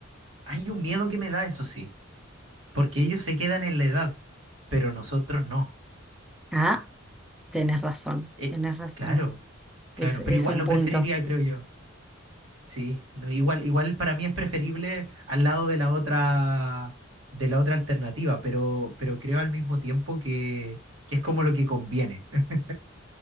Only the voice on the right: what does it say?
Hay un miedo que me da, eso sí, porque ellos se quedan en la edad, pero nosotros no.
Eh,
claro, claro,
pero igual
lo
preferiría, creo yo. Sí, no, igual, igual para mí es preferible al lado de la otra, de la otra alternativa, pero, pero creo al mismo tiempo que, que es como lo que conviene. <laughs>